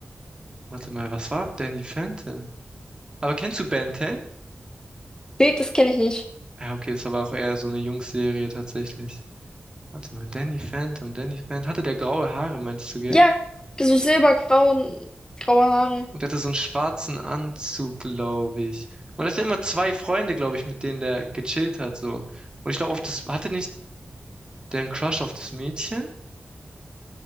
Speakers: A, on the right; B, on the left.
A: Warte mal, was war Danny Phantom? Aber kennst du Ben 10?
B: Nee, das kenne ich nicht.
A: Ja, okay, das war auch eher so eine Jungsserie tatsächlich. Warte mal, Danny Phantom, Danny Phantom. Hatte der graue Haare, meinst du, gell?
B: Ja, so silbergrauen, graue Haare.
A: Und der hatte so einen schwarzen Anzug, glaube ich. Und das sind immer zwei Freunde, glaube ich, mit denen der gechillt hat, so. Und ich glaube, auf das, hatte nicht der einen Crush auf das Mädchen?